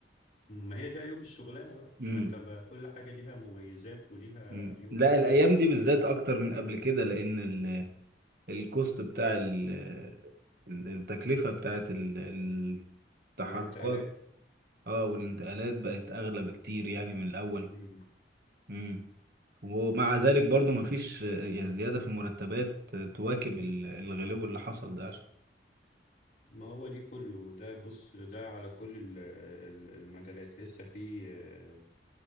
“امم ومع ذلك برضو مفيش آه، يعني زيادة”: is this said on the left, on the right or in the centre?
Right